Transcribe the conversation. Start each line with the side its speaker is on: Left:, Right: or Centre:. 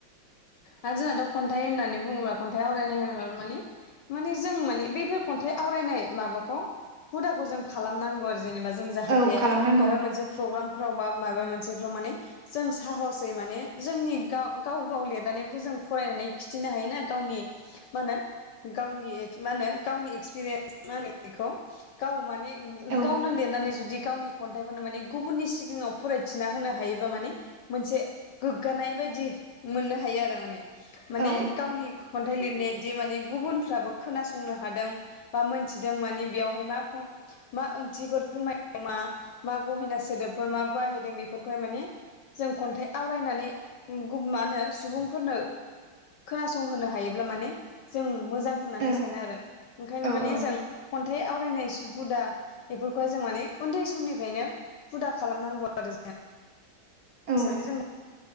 Left: आरो जोंना द। खन्थाइ होननानै बुङोबा खन्थाइ आरायनाय होनोब माने मानि जों मानि बेफोर खन्थाइ आवरायनाय माबाखौ हुदाखौ जों। खालामनांगौ आरो जेनेबा जों जाहाथे
Right: औ खालामनांगौ
Left: मबा मोनसे। फ्रग्रामाव मा मोनसे माने जों। साहसै माने जोंनि गाव गाव गाव लिरनानैफोर जों फरायनानै खिथिनो हायोना गावनि। मा होनो गावनि मा होनो गावनि एक्सपिरियेन्स मा होनो बेखौ गाव माने
Right: औ
Left: गावनो लिरनानै जुदि गावनि खन्थाइखौनो माने गुबुननि सिगाङाव फरायथिना होनो हायोबा माने मोनसे गोग्गानाय बायदि मोननो हायो आरो माने माने
Right: औ
Left: गावनि खन्थाइ लिरनायदि माने गुबुनफ्राबो खोनासंनो हादों बा मोनथिदों मानिे बेयावहाय मा ख मा ओंथिफोर फोरमायदों मा मा गहेना सोदोबफोर मा बाहायदों बेफोरखौहाय माने जों खन्थाइ आवरायनानै मा होनो सुबुंफोरनो खोनासंहोनो हायोब्ला माने जों मोजां होननानै
Right: औ
Left: सानो आरो ओंखायनो
Right: औ
Left: माने
Right: औ
Left: जों खन्थाइ आवरायनाय हुदा बेफोरखौहाय जों माने उन्दै समनिफ्रायनो हुदा खालामनांगौ आरो
Right: औ
Left: जोङो जों